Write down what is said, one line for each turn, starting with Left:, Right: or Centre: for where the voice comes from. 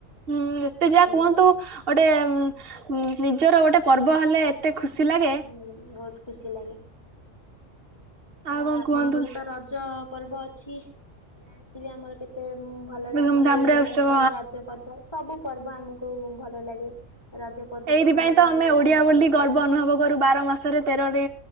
Right: ହୁଁ ଏତେ ଯା କୁହନ୍ତୁ
Left: ତ
Right: ଗୋଟେ ଉଁ ନିଜର ଗୋଟେ ପର୍ବ ହେଲେ ଏତେ ଖୁସି ଲାଗେ।
Left: ଉଁ ବହୁତ। ଖୁସି ଲାଗେ। ହଁ
Right: ଆଉ କଣ
Left: ଆପଣଙ୍କର
Right: କୁହନ୍ତୁ
Left: ତ ରଜ ପର୍ବ ଅଛି ମୁଁ ଜାଣି ଥିବେ ଆମର କେତେ ଉମ୍ ଭଲରେ
Right: ଧୁମଧାମ
Left: ଆମର ଓଡିଆ
Right: ରେ ଉତ୍ସବ
Left: ମାନଙ୍କର ରଜ ପ ର୍ବ ସବୁ ପର୍ବ ଆମକୁ ଭଲ ଲାଗେ। ରଜ ପର୍ବ
Right: ଏଇଥିପାଇଁ
Left: ତିନି ଦିନ
Right: ତ
Left: ଧରିକି
Right: ଆମେ ଓଡିଆ
Left: ପାଳନ
Right: ବୋଲି
Left: କରାଯାଏ।
Right: ଗର୍ବ ଅନୁଭବ କରୁ ବାର ମାସରେ ତେରଟି